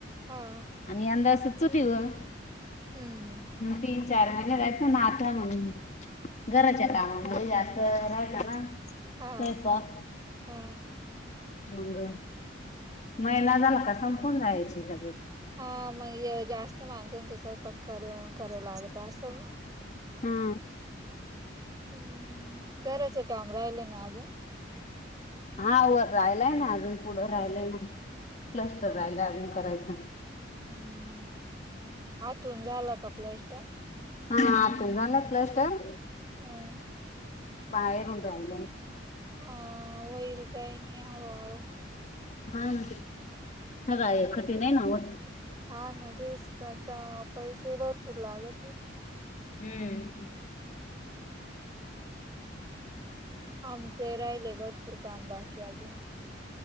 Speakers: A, on the right (about 20°); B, on the left (about 35°).
A: हा
B: आणि यंदा असं चुलीवर.
A: हम्म.
B: तीन, चार महिने जात आता मंग. घराच्या कामामध्ये जास्त राहचा ना स्वयंपाक.
A: हा हा.
B: मग, मैना झाला का संपून जायची लग
A: हा, मग जास्त माणसानच स‌इपाक क करायला लागत असेल ना?
B: हम्म.
A: हम्म. घराच काम राहिलय ना अजून.
B: हा व राहिलाय ना अजून, पुढं राहिलाय ना, क्लस
A: हा
B: तर राहिला अजून करायच.
A: हम्म. आतुन झालं का प्लॅस्टर?
B: हा आतून झालं प्लस्टर,
A: हम्म
B: बाहेरून राहिलंय.
A: हा, वैरू ताई आणि हळू-हळू.
B: हा ना, आग आई कठीण आहे ना हो.
A: हा ना, तेच तर आता पैसे भरपूर लागत होत
B: हम्म.
A: आमचे राहिले भरपूर काम बाकी अजून.